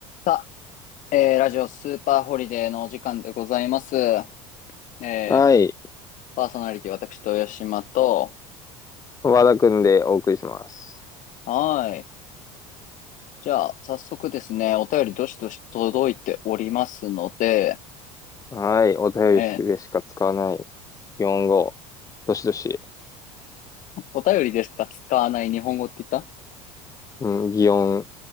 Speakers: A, on the left; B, on the left.
A: さあ、えーラジオスーパーホリデーのお時間でございます。えー
B: はい。
A: パーソナリティ私、豊島と、
B: 和田くんでお送りします。
A: はーい。じゃあ、早速ですね、お便りどしどし届いておりますので、
B: はい。お便りでしか使わない。
A: えー
B: 擬音語。どしどし。
A: お便りでしか使わない日本語って言った
B: うん、擬音。